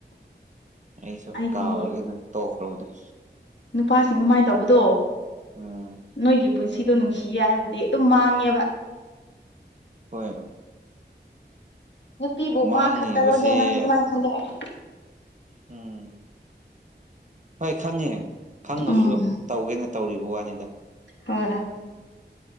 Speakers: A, on the right (about 40°); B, on the left (about 75°).
A: ꯑꯩꯁꯨ
B: ꯑꯩꯗꯤ
A: ꯀꯥꯎꯔꯒꯦꯅ ꯇꯣꯛꯈ꯭ꯔꯕ ꯑꯗꯨꯝ
B: ꯅꯨꯄꯥꯁꯤꯡ ꯑꯗꯨꯃꯥꯏ ꯇꯧꯕꯗꯣ
A: ꯎꯝ
B: ꯅꯣꯏꯒꯤ ꯄꯨꯟꯁꯤ ꯗꯨ ꯅꯨꯡꯁꯤꯌꯦ ꯍꯥꯏꯕꯗꯤ ꯑꯗꯨꯝ ꯃꯥꯡꯉꯦꯕ
A: ꯍꯣꯏ
B: ꯅꯨꯄꯤꯕꯨ
A: ꯃꯥꯡꯉꯤꯕꯁꯦ
B: ꯃꯥ ꯈꯛꯇꯔꯣ ꯍꯦ ꯅꯪꯁꯨ ꯑꯗꯨꯃꯥꯏꯅ ꯈꯟꯗꯣꯛꯑꯣ
A: ꯎꯝ ꯍꯣꯏ ꯈꯪꯉꯦ ꯈꯪꯉꯁꯨ
B: ꯎꯝ
A: ꯇꯧꯒꯦꯅ ꯇꯧꯔꯤꯕ ꯋꯥꯅꯤꯗ
B: ꯍꯣꯏ